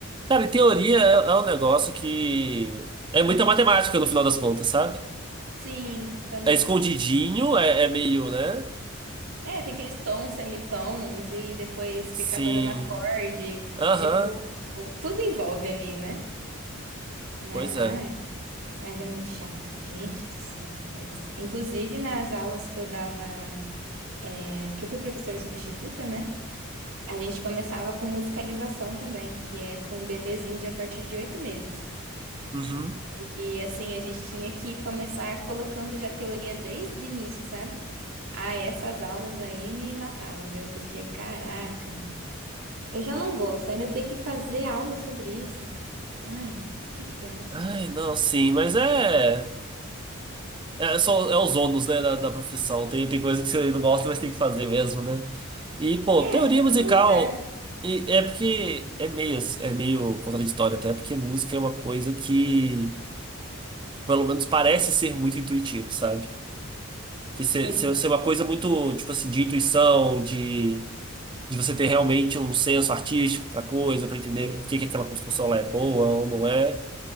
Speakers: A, on the right; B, on the right.
A: Cara, e teoria é, é um negócio que é muita matemática no final das contas, sabe?
B: Sim, também.
A: É escondidinho, é, é meio, né?
B: É, tem aqueles tons, semitons e depois
A: Sim.
B: ficar fazendo acorde.
A: Aham,
B: Tipo, tudo envolve ali, né? Mas,
A: pois
B: ai,
A: é.
B: mas é muito chato. Gente do céu, eu detesto. Inclusive, nas aulas que eu dava, é, que eu fui professora substituta, né? A gente começava com musicalização também, que é com um bebezinho de a partir de oito meses.
A: Uhum.
B: E assim, a gente tinha que começar colocando já teoria desde o início, sabe? Ah, essas aulas aí me matava, viu? Porque, caraca, eu já não gosto, ainda ter que fazer aula sobre isso. Ai, que tenso.
A: Ai, não, sim, mas é. É, é só, é os ônus, né, da, da profissão. Tem, tem coisa que você não gosta, mas tem que fazer mesmo, né? E, pô,
B: É,
A: teoria
B: acho
A: musical
B: que todo lugar, né?
A: e- é porque é meio, é meio contraditório até, porque música é uma coisa que, pelo menos, parece ser muito intuitivo, sabe? Que ser,
B: É.
A: ser, ser uma coisa muito, tipo assim, de intuição, de, de você ter realmente um senso artístico pra coisa, pra entender por que que aquela construção lá é boa ou não é.